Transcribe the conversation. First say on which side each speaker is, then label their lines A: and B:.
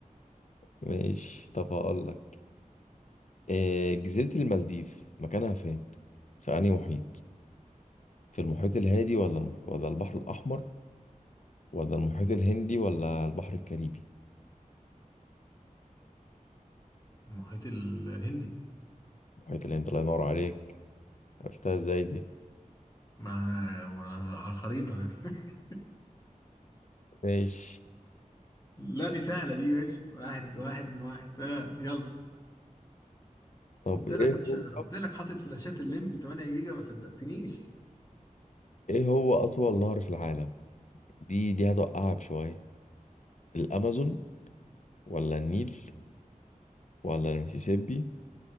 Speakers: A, on the left (about 60°); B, on the left (about 25°).
A: ماشي طب هقول لك آه، جزيره المالديف مكانها فين في انهي محيط في المحيط الهادي ولا المح... ولا البحر الاحمر ولا المحيط الهندي ولا البحر الكاريبي
B: المحيط الهندي
A: المحيط الهندي الله ينور عليك عرفتها ازاي دي
B: مع مع- على الخريطه يعني. <laughs>
A: ماشي
B: لا دي سهله دي يا باشا واحد واحد من واحد آه يلا
A: طب
B: قلت
A: ايه
B: لك يا باشا
A: هو
B: قلت لك حاطط فلاشات الليمبي 8 جيجا ما صدقتنيش
A: ايه هو اطول نهر في العالم دي دي هتوقعك شوية الامازون ولا النيل ولا المسيسيبي